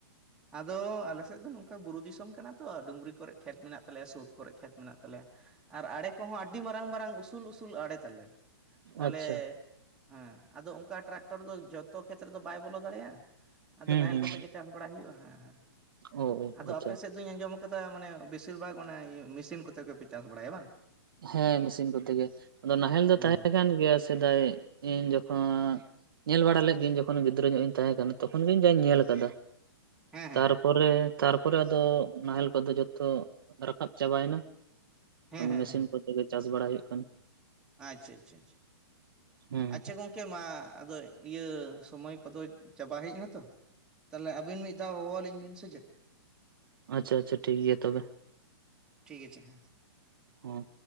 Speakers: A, in the centre; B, on the right.
A: ᱟᱫᱚ ᱟᱞᱮ ᱥᱮᱫ ᱫᱚ ᱱᱚᱝᱠᱟ ᱵᱩᱨᱩ ᱫᱤᱥᱚᱢ ᱠᱟᱱᱟ ᱛᱚ ᱰᱩᱝᱨᱤ ᱠᱚᱨᱮᱜ ᱠᱷᱮᱛ ᱢᱮᱱᱟᱜ ᱛᱟᱞᱮᱭᱟ ᱥᱳᱛ ᱠᱚᱨᱮᱜ ᱠᱷᱮᱛ ᱢᱮᱱᱟᱜ ᱛᱟᱞᱮᱭᱟ᱾ ᱟᱨ ᱟᱲᱮ ᱠᱚᱦᱚᱸ ᱟᱹᱰᱤ ᱢᱟᱨᱟᱝ ᱢᱟᱨᱟᱝ ᱩᱥᱩᱞ ᱩᱥᱩᱞ ᱟᱲᱮ ᱛᱟᱞᱮ ᱛᱟᱦᱞᱮᱼᱼ
B: ᱟᱪᱪᱷᱟ
A: ᱦᱮᱸ ᱟᱫᱚ ᱚᱱᱠᱟ ᱴᱨᱟᱠᱴᱚᱨ ᱫᱚ ᱡᱷᱚᱛᱚ ᱠᱷᱮᱛ ᱨᱮᱫᱚ ᱵᱟᱭ ᱵᱚᱞᱚ ᱫᱟᱲᱮᱭᱟᱜᱼᱟ ᱟᱫᱚ
B: ᱦᱩᱸ
A: ᱱᱟᱦᱮᱞ
B: ᱦᱩᱸ
A: ᱠᱚᱛᱮ ᱜᱮᱼᱼ ᱪᱟᱥ ᱵᱟᱲᱟᱭ ᱦᱩᱭᱩᱜᱼᱟ ᱦᱮᱸ ᱦᱮᱸ
B: ᱚ
A: ᱟᱫᱚ
B: ᱟᱪᱪᱷᱟ
A: ᱟᱯᱮ ᱥᱮᱫᱼᱼ ᱫᱚᱧ ᱟᱸᱡᱚᱢ ᱠᱟᱫᱟ ᱢᱟᱱᱮ ᱵᱮᱥᱤᱨ ᱵᱷᱟᱜᱽ ᱚᱱᱟ ᱤᱭᱟᱹ ᱢᱮᱥᱤᱱ ᱠᱚᱛᱮ ᱜᱮᱯᱮ ᱪᱟᱥ ᱵᱟᱲᱟᱭᱟ ᱵᱟᱝ?
B: ᱦᱮᱸ ᱢᱮᱥᱤᱱ ᱠᱚᱛᱮᱜᱮ ᱟᱫᱚ ᱱᱟᱦᱮᱞ ᱫᱚ
A: ᱦᱮᱸ
B: ᱛᱟᱦᱮᱸ ᱠᱟᱱ ᱜᱮᱭᱟ ᱥᱮᱫᱟᱭ ᱤᱧ ᱡᱚᱠᱷᱚᱱ᱾ ᱧᱮᱞ ᱵᱟᱲᱟ ᱞᱮᱫ ᱜᱤᱭᱟᱧ ᱡᱚᱠᱷᱚᱱ ᱜᱤᱫᱽᱨᱟᱹ ᱧᱚᱜ ᱤᱧ ᱛᱟᱦᱮᱸ ᱠᱟᱱᱟ ᱛᱚᱠᱷᱚᱱ ᱜᱤᱧ ᱡᱟᱧ ᱧᱮᱞ ᱟᱠᱟᱫᱟ᱾
A: ᱦᱮᱸ ᱦᱮᱸ
B: ᱛᱟᱯᱚᱨᱮ
A: ᱦᱮᱸ
B: ᱛᱟᱨᱯᱚᱨᱮ ᱟᱫᱚ ᱱᱟᱦᱮᱞ ᱠᱚᱫᱚ ᱡᱚᱛᱚ ᱨᱟᱠᱟᱵ ᱪᱟᱵᱟᱭᱮᱱᱟ᱾
A: ᱦᱮᱸ ᱦᱮᱸ
B: ᱢᱮᱥᱤᱱ
A: ᱦᱮᱸ
B: ᱠᱚᱛᱮ ᱜᱮ ᱪᱟᱥ ᱵᱟᱲᱟᱭ ᱦᱩᱭᱩᱜ ᱠᱟᱱᱟ᱾
A: ᱟᱪᱪᱷᱟ ᱟᱪᱪᱷᱟ ᱟᱪᱪᱷᱟ,
B: ᱦᱮᱸ
A: ᱟᱪᱪᱷᱟ ᱜᱚᱝᱼᱼ ᱠᱮ ᱢᱟ ᱟᱫᱚ ᱤᱭᱟᱹ ᱥᱚᱢᱚᱭ ᱠᱚᱫᱚ ᱪᱟᱵᱟ ᱦᱮᱡ ᱮᱱᱟ ᱛᱚ ᱾ ᱛᱟᱦᱚᱞᱮ ᱟᱹᱵᱤᱱ ᱢᱤᱫ ᱫᱷᱟᱣ ᱦᱚᱦᱚ ᱟᱹᱞᱤᱧ ᱵᱤᱱ ᱥᱮ ᱪᱮᱫ?
B: ᱟᱪᱪᱷᱟ ᱟᱪᱪᱷᱟ ᱴᱷᱤᱠ ᱜᱮᱭᱟ ᱛᱚᱵᱮ ᱾
A: ᱴᱷᱤᱠ ᱟᱪᱷᱮ ᱦᱮᱸ ᱾
B: ᱦᱚᱸ ᱾